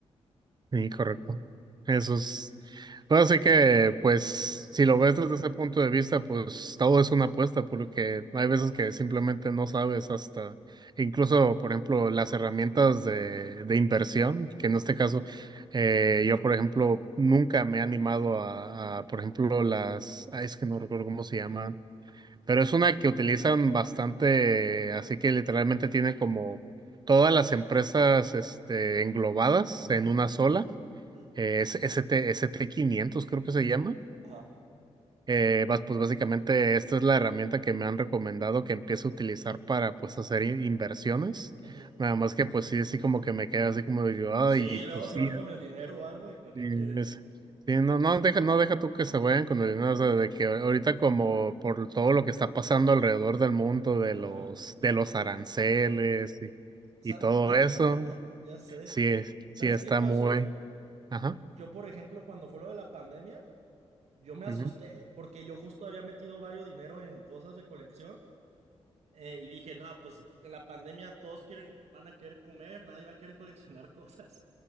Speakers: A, on the right; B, on the right.
A: sí, correcto. Eso es. Bueno, así que, pues, si lo ves desde ese punto de vista, pues todo es una apuesta, porque hay veces que simplemente no sabes hasta, incluso, por ejemplo, las herramientas de, de inversión, que
B: Ujú,
A: en este caso, eh, yo, por ejemplo, nunca me he animado a, a, por ejemplo, las, ay, es que no recuerdo cómo se llaman Pero es una que utilizan bastante, así que literalmente tiene como todas las empresas este, englobadas
B: ujú,
A: en una sola.
B: ujú.
A: Eh, es ST, st quinientos creo que se llama.
B: Ajá.
A: Eh, bas- pues básicamente esta es la herramienta que me han recomendado que empiece a utilizar para pues hacer in- inversiones.
B: ujú.
A: Nada más que pues sí, sí como que me queda así como digo, ay,
B: Sí,
A: pues
B: luego se
A: sí.
B: van con el dinero o algo y ¿para qué
A: Sí,
B: quieres?
A: es- sí, no, no deja, no deja tú que se vayan con el dinero, o sea, de que ahorita como por todo lo que está pasando alrededor del mundo de
B: Ajá.
A: los, de los aranceles y,
B: Sa-
A: y todo
B: <laughs>
A: eso,
B: ya sé.
A: sí, es-
B: ¿Sabes
A: sí está
B: qué pasó?
A: muy, ajá,
B: Yo, por ejemplo, cuando fue lo de la pandemia, yo me asusté
A: ujú,
B: porque yo justo había metido varios dinero en cosas de colección Eh, y dije, no, pues en la pandemia todos quieren, van a querer comer, nadie va a querer coleccionar <laughs> cosas.